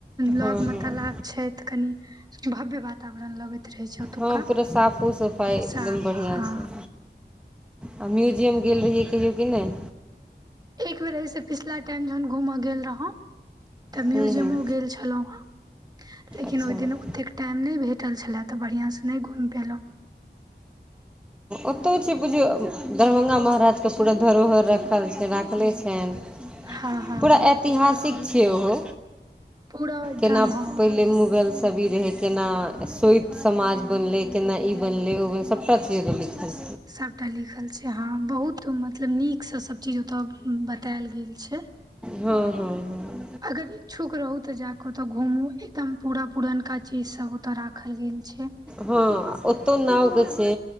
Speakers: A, on the right; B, in the centre.
A: लग
B: हँ
A: में
B: हँ
A: तालाब छै तऽ कनि भव्य वातावरण लगये छै। ओतुका
B: हँ पूरा साफो सफाइ एकदम
A: साफ
B: बढ़िआँ
A: हँ
B: छै। आ म्यूजियम गेल रहियै कहियो कि नहि?
A: एक बेर ऐस पिछला टाइम जहन घूमय गेल रहौ। तऽ म्यूजियमो
B: हूँ हूँ
A: गेल छलौं, लेकिन
B: अच्छा
A: ओहि दिन एतेक टाइम नहि भेटल छलै तऽ बढ़िआँसँ नहि घुमि पयेलहुँ।
B: ओतहु छै बुझियौ दरभ्ंगा महाराजके पूरा धरोहर रखल राखले छैन।
A: हँ हँ
B: पूरा ऐतिहासिक छै ओहो।
A: पूरा एकदम
B: केना
A: हँ
B: पहिले मुगल सभी रहै केना स्वैत समाज बनलै केना ई बनलै ओ बनलै सभटा चीज छै।
A: सभटा लिखल छै हँ बहुत मतलब नीकसँ सभ चीज ओतय बतायल गेल छै।
B: हाँ- हाँ-हाँ
A: अगर इच्छुक रहू तऽ जाक ओतऽ घूमू एकदम पूरा पुरनका चीज सब ओतए राखल गेल छै।
B: हँ ओतौ नाव के छै,